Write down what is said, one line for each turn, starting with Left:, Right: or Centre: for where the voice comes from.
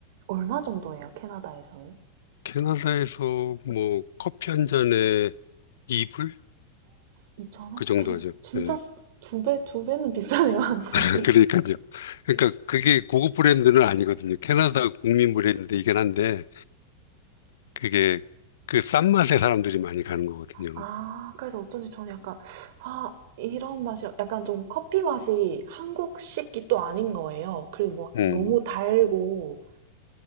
Right: 얼마 정도예요, 캐나다에서는?
Left: 캐나다에서 뭐 커피 한 잔에 이불?
Right: 2천 원?
Left: 그 정도
Right: 어,
Left: 하죠.
Right: 진짜
Left: 예.
Right: 쓰- 두 배, 두 배는 비싸네요, <laughs> 한국이.
Left: <laughs> 그러니까요. 그러니까 그게 고급 브랜드는 아니거든요. 캐나다 국민 브랜드이긴 한데 그게 그 싼 맛에 사람들이 많이 가는 거거든요.
Right: 아, 그래서 어쩐지 저는 약간, 아, 이런 맛이, 약간 좀 커피 맛이 한국식이 또 아닌 거예요. 그리고 막
Left: 음.
Right: 너무 달고,